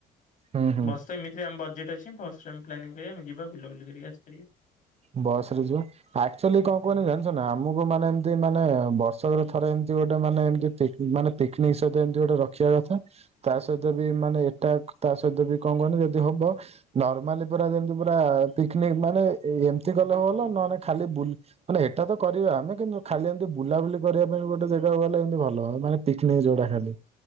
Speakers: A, on the right (about 40°); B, on the left (about 50°).
A: ହୁଁ ହୁଁ
B: ବସ୍ ତ ଏମିତି ଆମ ବଜେଟ୍ ଅଛି, ପର୍ସଫ୍ରେମ୍ ପ୍ଲାନିଂରେ ଆମେ ଯିବା ବୁଲା ବୁଲି କରିକି ଆସିପାରିବା।
A: ବସ୍ ରେ ଯିବା। ଆକ୍ଚୁଆଲି କଣ କୁହନି ଜାଣିଛ ନା ଆମକୁ ମାନେ ଏମିତି ମାନେ ବର୍ଷରେ ଥରେ ଏମିତି ଗୋଟେ ମାନେ ଏମତି ଠିକ୍ ମାନେ ପିକ୍ନିକ ସହିତ ଏମିତି ଗୋଟେ ରଖିବା କଥା। ତା ସହିତ ବି ମାନେ ଏଟା ତା ସହିତ ବି କଣ କହନି ଯଦି ହବ ନର୍ମାଲି ପୁରା ଯେମତି ପୁରା ପିକନିକ୍ ମାନେ ଏମିତି ଗଲେ ଭଲ, ନହନେ ଖାଲି ବୁଲି ମାନେ ଏଇଟା ତ କରିବା, ଆମେ କିନ୍ତୁ ଖାଲି ଏମିତି ବୁଲାବୁଲି କରିବା ପାଇଁ ଗୋଟେ ଜାଗାକୁ ଗଲେ ଏମି ଭଲ, ମାନେ ପିକ୍ନିକ ଯୋଉଟା ଖାଲି।